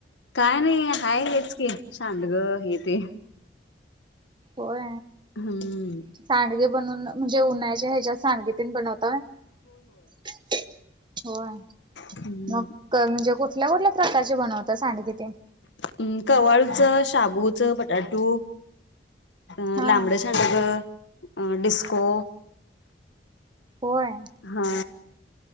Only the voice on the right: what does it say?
होय.
सांडगे बनून म्हणजे उन्हायच्या ह्याच्या सांडगी तेन बनवतो. होय, होय,
मग म्हणजे कुठल्या-कुठल्या प्रकारची. प्रकारची बनवता सांडगी तेन.
हा
होय.